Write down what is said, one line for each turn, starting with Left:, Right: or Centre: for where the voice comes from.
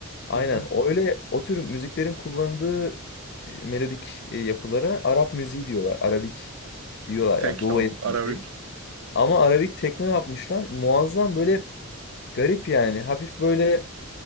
Left: Aynen.
Right: Hı hı.
Left: O öyle o tür müziklerin kullanıldığı e, melodik e, yapılara Arap müziği diyorlar. Arabik diyorlar
Right: Tekno,
Left: yani Doğu etkileri.
Right: Arabik.
Left: Ama Arabik tekno yapmışlar. Muazzam böyle garip yani. Hafif böyle